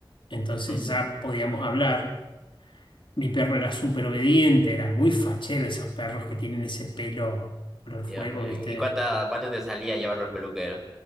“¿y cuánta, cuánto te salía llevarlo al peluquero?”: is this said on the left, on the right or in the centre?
Centre